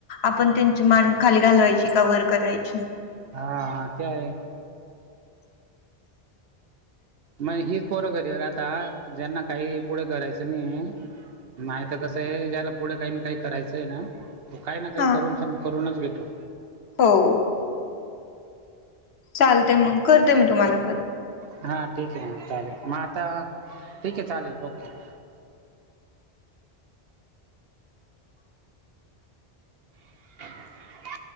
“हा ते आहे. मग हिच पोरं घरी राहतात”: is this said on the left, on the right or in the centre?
Right